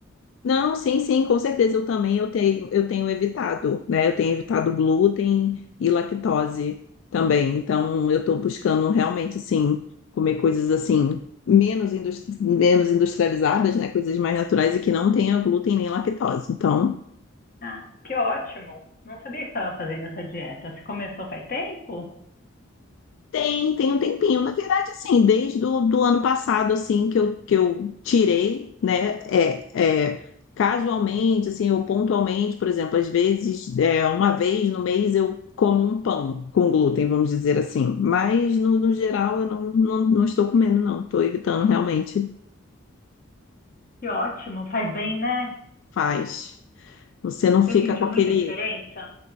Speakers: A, on the left (about 65°); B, on the left (about 40°).
A: Não, sim, sim, com certeza eu também eu tenho, eu tenho evitado, né? Eu tenho evitado glúten e lactose também. Então eu estou buscando realmente assim comer coisas assim menos indus- menos industrializadas, né? Coisas mais naturais e que não tenha glúten nem lactose. Então
B: Ah, que ótimo! Não sabia que estava fazendo essa dieta. Você começou faz tempo?
A: Tem, tem um tempinho. Na verdade, assim, desde do, do ano passado, assim, que eu, que eu tirei, né? É, é, casualmente, assim, ou pontualmente, por exemplo, às vezes, é, uma vez no mês eu como um pão com glúten, vamos dizer assim. Mas, no, no geral, eu não, não, não estou comendo, não. Estou evitando realmente.
B: Que ótimo! Faz bem, né?
A: Faz. Você não fica
B: Você sentiu
A: com
B: muita
A: aquele
B: diferença?